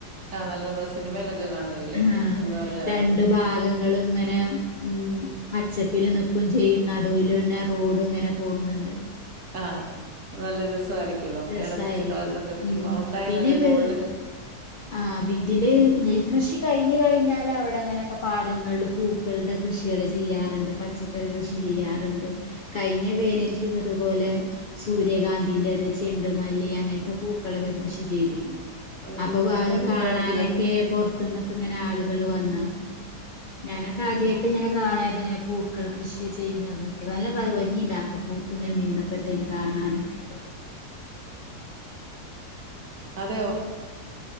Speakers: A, on the right (about 60°); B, on the left (about 80°).
A: ആ നല്ല നമ്മുടെ സിനിമയിലൊക്കെ കാണുകയില്ലേ
B: ഹാ
A: എന്ന് പറഞ്ഞ
B: രണ്ടുഭാഗങ്ങളും
A: പോലെ
B: ഇങ്ങനെ ഉം പച്ചപ്പില് നിക്കും ചെയ്യും നടുവിലന്നെ റോഡ്ങ്ങനെ പോവുന്ന്ണ്ട്.
A: ആഹ് നല്ല രസോയിരി ക്ക് യൊല്ലോ.
B: രസായിരിക്കും.
A: എളമ്പച്ച കളറിലൊക്കെ നിക്കുമ്പോ
B: ഉം.
A: അവ്ണ്ടായാ
B: പിന്നെ
A: നല്ല
B: വേ
A: ഗോൾഡൻ്റ്ൻ്റെ
B: ആഹ് ബീതിൻ്റെ നെൽകൃഷി കഴിഞ് കിഴിഞ്ഞാ ലവടെങ്ങനൊക്കെ പാടങ്ങൾല് പൂക്കൾടെ കൃഷിയേള് ചിയ്യാറ്ണ്ട് പച്ചക്കറി കൃഷി ചിയ്യാറ്ണ്ട്. കയ്ഞ്ഞ വേനൽക്കൊക്കെത്പോലെ സൂര്യകാന്തിന്റേത് ചെ യെണ്ടുമല്ലി, അങ്ങനത്തെ പൂക്കളൊക്കെ കൃഷി ചെയ്തീന്നു.
A: ഓ
B: അപ്പൊപ്പ
A: നല്ല
B: അത്
A: രസമായിരിക്കുമല്ലോ
B: കാണാനൊക്കെ പൊറത്തുന്നൊക്കെങ്ങനെ ആളുകള് വന്നാർന്നു. ഞാനൊക്കെ ആദ്യയിട്ട്ങ്ങനെ കാണായിരുന്നു ഇങ്ങനെ പൂക്കൾ കൃഷി ചെയ്യുന്നതൊക്കെ നല്ല ഭം ഭംഗിണ്ടാർന്നു. പൂ പൂത്തുങ്ങനെ നിന്നപ്പത്തേനും കാണാനൊക്കെ.
A: അതെയോ